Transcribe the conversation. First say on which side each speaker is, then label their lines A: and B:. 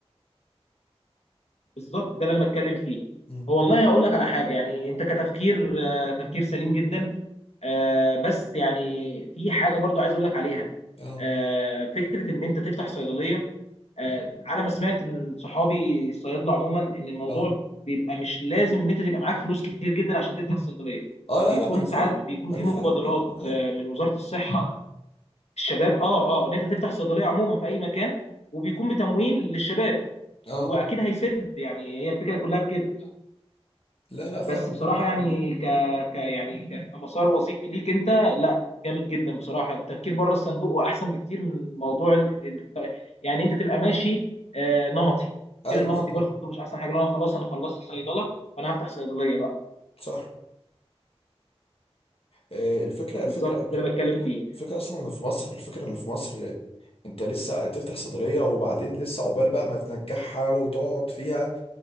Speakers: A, on the left; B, on the left.
A: بالظبط ده اللي انا بتكلم فيه
B: مم.
A: هو والله هقول لك على حاجه يعني انت كتفكير آه، تفكير سليم جدا آه، بس يعني في حاجه برضو عايز اقول لك عليها
B: اه
A: آه، فكره ان انت تفتح صيدليه آه، على ما سمعت من صحابي الصيادله عموما ان الموضوع
B: اه
A: بيبقى مش لازم ان انت تبقى معاك فلوس كتير جدا عشان تفتح صيدليه
B: اه لا
A: بيكون
B: لا ما انا فاهم
A: ساعات بيكون
B: ما
A: في
B: انا فاهم
A: مبادرات
B: لا لا ما انا
A: آه،
B: عارف
A: من وزاره الصحه الشباب اه اه ان انت تفتح صيدليه عموما في اي مكان وبيكون بتمويل للشباب
B: اه
A: هو اكيد هيسد يعني هي الفكره كلها في كده
B: لا لا فاهمك
A: بس بصراحه
B: فاهمك
A: يعني
B: والله
A: ك, ك يعني ك- كمسار وظيفي ليك انت لا جامد جدا بصراحه التفكير بره الصندوق واحسن بكتير من موضوع ال... ال- يعني انت تبقى ماشي آه نمطي التفكير
B: ايوه
A: النمطي
B: الصراحة
A: برضه مش احسن حاجه لو انا خلاص انا خلصت صيدله فانا هفتح صيدليه بقى
B: صح آه، الفكرة الفكرة
A: بالظبط ده اللي بتكلم
B: الفكرة
A: فيه
B: الفكرة أصلا إن في مصر الفكرة إن في مصر آه، أنت لسه تفتح صيدلية وبعدين لسه عقبال بقى ما تنجحها وتقعد فيها